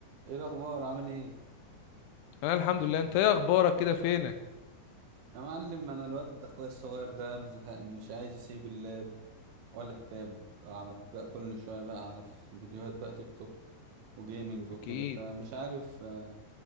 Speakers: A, on the right (about 75°); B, on the left (about 85°).
A: ايه الاخبار عامل ايه
B: انا الحمد لله انت ايه اخبارك كده فينك
A: يا معلم انا الواد ده اخويا الصغير ده مزهقني مش عايز يسيب اللاب ولا التاب قعد بقى كل شويه بقى على ف- فيديوهات بقى تيك توك وجيمنج وكده
B: اكيد
A: فمش عارف آه،